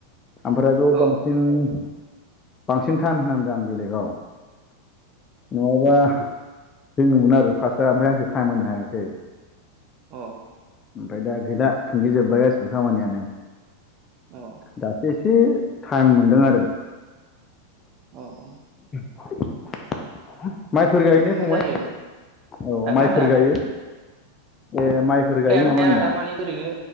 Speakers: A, on the left; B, on the right.
A: ओमफ्राय बेयाव बांसिन-बांसिन
B: औ
A: टाइम होनांदों आं बेलेगाव नङाबा दोङोमोन आरो फार्स्टआ ओमफ्राय आंसो टाइम होनो हायाखै।
B: अ
A: ओमफ्राय दा गैला थुंगिजोबबाय गासिबो खामानियानो
B: अ
A: दासो एसे टाइम मोनदों आरो
B: औ औ
A: <inaudible> माइफोर गायो
B: बिदिनो
A: ने फंबाय
B: जायो
A: औ माइफोर
B: मा होनदों
A: गायो? ए माइफोर गायो
B: माइयाथ
A: नामा
B: गाया
A: होनदां
B: दा मानि ओरैनो